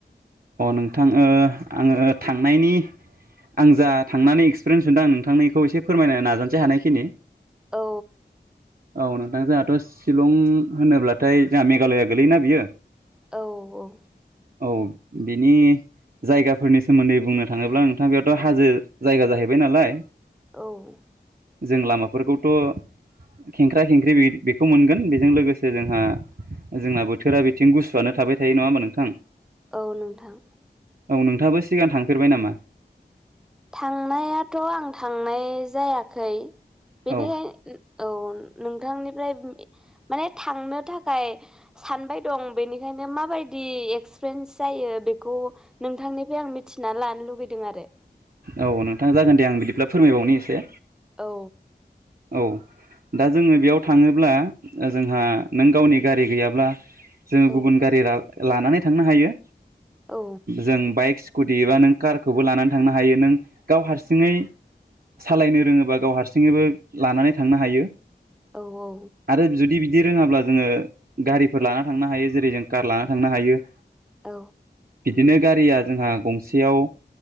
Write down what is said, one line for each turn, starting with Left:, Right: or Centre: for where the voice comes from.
Right: अ नोंथां ओ आङो ओ थांनायनि आं जा थांनानै एक्सपिरियेन्स मोनदों आं नोंथांनो इखौ एसे फोरमायनो नाजानोसै हानायखिनि
Centre: औ
Right: औ नोंथां जोंहाथ' शिलं होनोब्लाथाय जोंहा मेघालया गोलैयोना बियो
Centre: औ औ
Right: औ बिनि जायगाफोरनि सोमोन्दै बुंनो थाङोब्ला नोंथां बेयावथ' हाजो जायगा जाहैबाय नालाय
Centre: औ
Right: जों लामाफोरखौथ' खेंख्रा खेंख्रि बे बेखौ मोनगोन बेजों लोगोसे जोंहा जोंना बोथोरा बिथिं गुसुआनो थाबाय थायो नङा होमबा नोंथां
Centre: औ नोंथां
Right: औ नोंथाङाबो सिगां थांफेरबाय नामा?
Centre: थांनायाथ' आं थांनाय जायाखै बेनिखाय
Right: औ
Centre: औ नोंथांनिफ्राय माने थांनो थाखाय सानबाय दं बेनिखायनो माबायदि एक्सफ्रेन्स जायो बेखौ नोंथांनिफ्राय आं मिथिना लानो लुुबैदों आरो।
Right: औ नोंथां जागोन दे आं बिदिब्ला फोरमायबावनि एसे
Centre: औ
Right: औ दा जोङो बेयाव थाङोब्ला जोंहा नों गावनि गारि गैयाब्ला जों
Centre: औ
Right: गुबुन गारि ला-लानानै थांनो हायो
Centre: औ
Right: जों बाइक कुटिबा नों कारखौबो लानानै थांनो हायो नों गाव हारसिङै सालायनो रोङोबा गाव हारसिङैबो लानानै थांनो हायो।
Centre: औ औ
Right: आरो जुदि बिदि रोङाब्ला जोङो गारिफोर लाना थांनो हायो जेरै जों कार लाना थांनो हायो।
Centre: औ
Right: बिदिनो गारिया जोंहा गंसेयाव